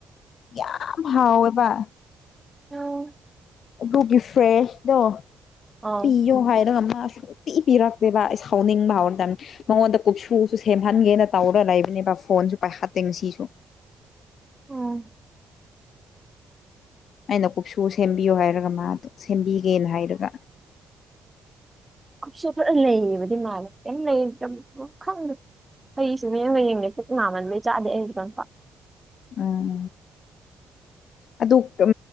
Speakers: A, on the left (about 60°); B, on the right (about 15°).
A: ꯌꯥꯝ ꯍꯥꯎꯋꯦꯕ
B: ꯎ
A: ꯑꯗꯨꯒꯤ ꯐꯔ꯭ꯦꯁ ꯗꯣ
B: ꯑꯧ
A: ꯄꯤꯌꯣ ꯍꯥꯏꯔꯒ ꯃꯥ ꯁꯨꯪꯡꯄꯤ ꯄꯤꯔꯛꯇꯦꯕ ꯑꯩ ꯁꯥꯎꯅꯤꯡꯕ ꯍꯧꯔ ꯇꯅꯤ ꯃꯉꯣꯟꯗ ꯀꯨꯞꯁꯨꯁꯨ ꯁꯦꯝꯍꯟꯒꯦꯅ ꯇꯧꯔꯒ ꯂꯩꯕꯅꯦꯕ ꯐꯣꯟꯁꯨ ꯄꯥꯏꯍꯠꯇꯦ ꯁꯤꯁꯨ
B: ꯎꯝ
A: ꯑꯩꯅ ꯀꯨꯞꯁꯨ ꯁꯦꯝꯕꯤꯌꯨ ꯍꯥꯏꯔꯒ ꯃꯥꯗꯣ ꯁꯦꯝꯕꯤꯒꯦꯅ ꯍꯥꯏꯔꯒ
B: ꯀꯨꯞꯁꯨ ꯈꯔ ꯂꯩꯌꯦꯕꯗꯤ ꯃꯥꯜꯂꯦ ꯀꯝ ꯂꯩꯇ ꯈꯪꯗꯦ ꯍꯩꯁꯨ ꯃꯡꯅ ꯌꯦꯡꯗꯦ ꯏꯃꯃꯟꯕꯩ ꯆꯥꯗꯦ ꯑꯩꯅ ꯈꯤꯇꯪ ꯄ
A: ꯎꯝ ꯑꯗꯨ ꯎ